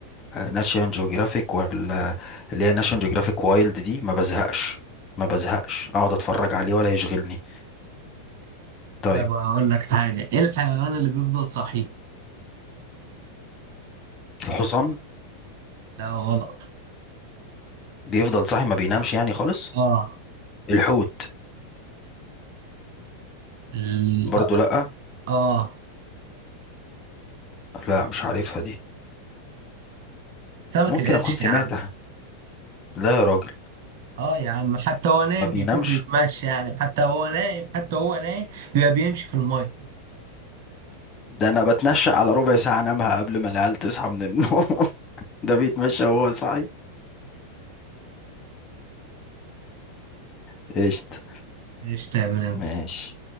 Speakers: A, on the left (about 25°); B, on the right (about 50°).
A: ناشيون جيوغرافيك ولا اللي هي ناشيون جيوغرافيك وايلد دي ما بزهقش ما بزهقش اقعد اتفرج عليه ولا يشغلني طيب
B: طيب أقول لك حاجة إيه الحيوان اللي بيفضل صحي؟
A: الحصان
B: لا غلط
A: بيفضل صاحي ما بينامش يعني خالص
B: آه
A: الحوت
B: ال...
A: برضو لا
B: آه
A: لا مش عارفها دي
B: سمك
A: ممكن
B: القرش
A: اكون سمعتها
B: يا عم
A: لا يا راجل
B: اه يا عم حتى هو نايم
A: ما بينامش
B: بيكون بيتمشى يعني حتى هو نايم حتى هو نايم بيبقى بيمشي في المية
A: ده انا بتنشأ على ربع ساعة انامها قبل ما العيال تصحى من النوم <laughs> ده بيتمشى وهو صاحي <laughs> قشطة
B: ايش تعمل انت
A: ماشي